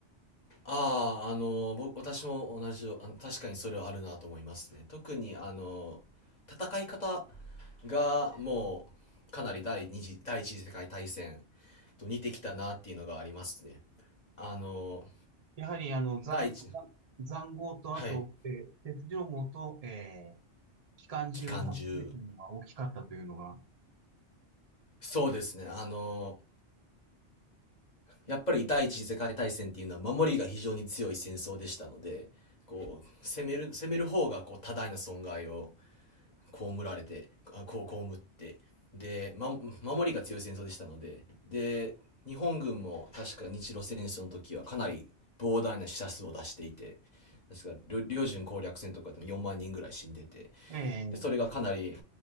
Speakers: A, on the left; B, on the right.
A: ああ、あの、僕、私も同じよ、あの、確かにそれはあるなと思いますね。特に、あの、戦い方がもう、かなり第二次、第一次世界大戦と似てきたなっていうのがありますね。あの、
B: やはりあの、塹
A: 第一、
B: 塹壕と、
A: はい、
B: あと、えー鉄条網と、えー機関銃の発明というのが大きかったというのが、
A: 機関銃。そうですね。あの、やっぱり第一次世界大戦っていうのは守りが非常に強い戦争でしたので、こう、攻める、攻める方がこう多大な損害を被られて、あこう、被って、で、ま、守りが強い戦争でしたので、で、日本軍も確か日露戦争の時はかなり膨大な死者数を出していて、確か領領準攻略戦とかでも4万人ぐらい死んでて、
B: ええ
A: で、それがかなり、